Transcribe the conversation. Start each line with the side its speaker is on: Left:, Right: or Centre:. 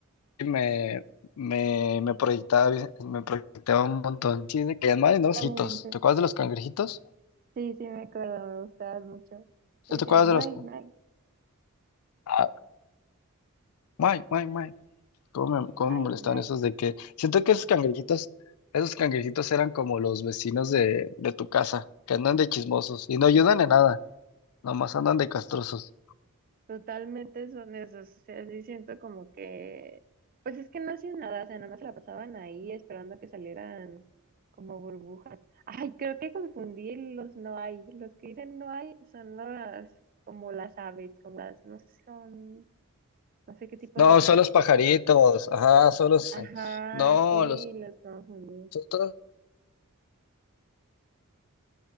Left: me, me, me proyectaba, bien- me proyectaba un montón. Sí, de que además
Right: Totalmente.
Left: no los hitos. ¿Te acuerdas de los cangrejitos?
Right: Sí, sí, me acuerdo, me gustaban mucho.
Left: ¿Sí
Right: Decían,
Left: ¿Te acuerdas
Right: no
Left: de los?
Right: hay, no hay,
Left: Ah, guay, guay, guay. ¿Cómo me, cómo
Right: no
Left: me
Right: hay,
Left: molestaban
Right: no hay.
Left: esos de que siento que esos cangrejitos, esos cangrejitos eran como los vecinos de, de tu casa, que andan de chismosos y no ayudan en nada, nomás andan de castrosos.
Right: Totalmente son esos. O sea, sí siento como que, pues es que no hacían nada, o sea, nada más se la pasaban ahí esperando que salieran como burbujas. Ay, creo que confundí los no hay. Los que dicen no hay son las, como las aves, como las, no sé, son, no sé qué tipo
Left: No,
Right: de aves
Left: son
Right: son.
Left: los pajaritos, ajá, son los,
Right: Ajá,
Left: no,
Right: sí,
Left: los
Right: los confundí.
Left: otros,